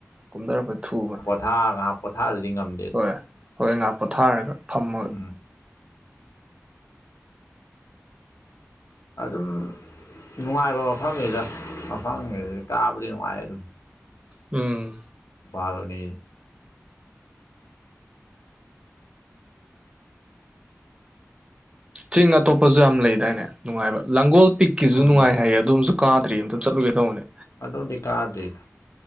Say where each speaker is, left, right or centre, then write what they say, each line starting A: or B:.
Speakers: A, on the right (about 20°); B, on the left (about 85°).
A: ꯀꯨꯝꯊꯔꯛꯄꯗ ꯊꯨꯕꯅꯤ
B: ꯊꯥ ꯉꯥꯏꯍꯥꯛ ꯄꯣꯊꯥꯗꯔꯗꯤ ꯉꯝ
A: ꯍꯣꯏ ꯍꯣꯏ ꯉꯥꯏꯥꯛ ꯄꯣꯊꯥꯔꯒ ꯐꯝꯃꯒ
B: ꯎꯝ ꯑꯗꯨꯝ ꯅꯨꯡꯉꯥꯏꯕ ꯃꯐꯝꯅꯤꯗ ꯃꯐꯝꯒꯤꯗꯤ ꯀꯥꯕꯗꯤ ꯅꯨꯡꯉꯥꯏ ꯑꯗꯨꯝ
A: ꯎꯝ
B: ꯕꯔꯨꯅꯤ
A: ꯆꯤꯡ ꯑꯇꯣꯞꯄꯁꯨ ꯌꯥꯝ ꯂꯩꯗꯥꯏꯅꯦ ꯅꯨꯡꯉꯥꯏꯕ ꯂꯥꯡꯒꯣꯜ ꯄꯤꯛ ꯀꯤꯁꯨ
B: ꯎꯝ
A: ꯅꯨꯡꯉꯥꯏ ꯍꯥꯏꯌꯦ ꯑꯗꫭꯝꯁꯨ ꯀꯥꯗ꯭ꯔꯤ ꯑꯝꯇ
B: ꯍꯣꯏ
A: ꯆꯠꯂꯨꯒꯦ ꯇꯧꯕꯅꯦ
B: ꯑꯗꯣꯝꯗꯤ ꯀꯥꯗ꯭ꯔꯤ